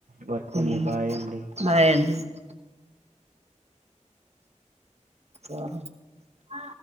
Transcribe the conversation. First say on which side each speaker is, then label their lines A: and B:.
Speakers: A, on the right; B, on the right.
A: వర్క్
B: హ్మ్.
A: ఉంది బాయ్ అండి
B: బాయ్ అండి వాహా ఆ